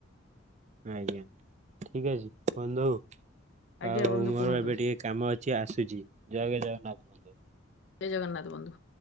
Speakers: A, on the right; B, on the left.
A: ଆଜ୍ଞା ଠିକ୍ ଅଛି ବନ୍ଧୁ।
B: ଆଜ୍ଞା
A: ଆଉ
B: ବନ୍ଧୁ
A: ମୋର
B: କୁହନ୍ତୁ
A: ଏବେ ଟିକେ କାମ ଅଛି ଆସୁଚି ଜୟ ଜଗନ୍ନାଥ ବନ୍ଧୁ।
B: ଜୟ ଜଗନ୍ନାଥ ବନ୍ଧୁ।